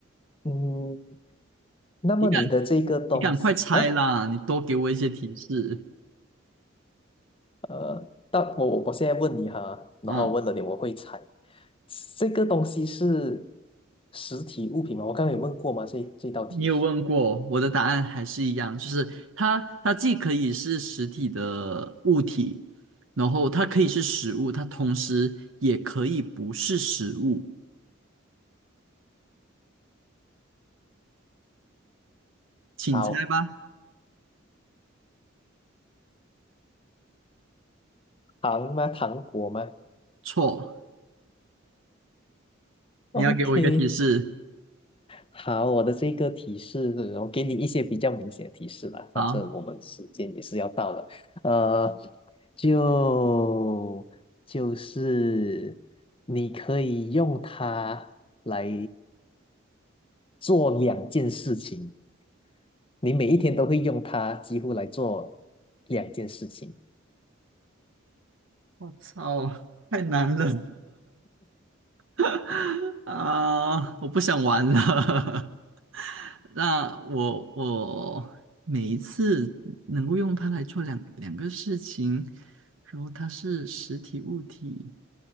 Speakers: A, on the left; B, on the right.
A: 嗯，那么你的这个东西，
B: 你赶你赶快猜啦！
A: 哎，
B: 你多给我一些提示。
A: 呃，但我我我现在问你哈，然后问了你，
B: 嗯，
A: 我会猜，这个东西是实体物品吗？我刚刚有问过吗？这这道题，
B: 你有问过，我的答案还是一样，就是它它既可以是实体的物体，然后它可以是食物，它同时也可以不是食物。请猜吧，
A: <laughs> 好，糖吗？糖果吗
B: 错。你要给我一个提示。
A: ？OK，好，我的这个提示，我给你一些比较明显的提示吧，
B: 好，
A: 反正我们时间也是要到了，呃，就就是你可以用它来做两件事情，你每一天都会用它，几乎来做两件事情，
B: 我操，太难了 <laughs> 啊！我不想玩了。<laughs> 那我我每一次能够用它来做两两个事情，然后它是实体物体，